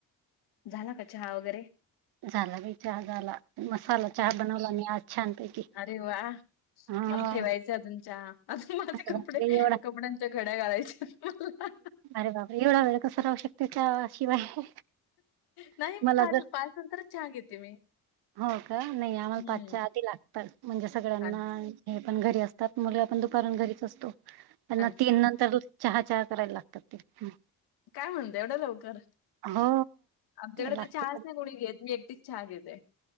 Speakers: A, on the left; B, on the right.
A: झाला का चहा वगैरे
B: झाला का चहा झाला मसाला चहा बनवला नाही आज छानपैकी
A: अरे वा
B: हा
A: मला ठेवायचं अजूनच्या अजून माझे
B: अरे
A: कपडे
B: बापरे एवढा
A: कपड्यां च्या खड्या घालायच्या
B: बरे बाबा एवढा वेळ कस रावू शकते. शिवाय
A: नाही
B: मला
A: मी पाच
B: जर
A: पाच नंतरच चहा घेते मी
B: हो का नाही आम्हाला
A: हम्म
B: पाचच्या आधी लागतात म्हणजे सगळ्यांना
A: अच्छा
B: हे पण घरी असतात मुग आपण दुपार घरीच असतो त्यांना
A: अच्छा
B: तीन नंतर चहा चार यला लाकते ह
A: काय म्हणत एवढं लवकर
B: हो
A: आमच्याकडे
B: लागत
A: तर चहाचं नाही कोणी घ मी ती चहा घेते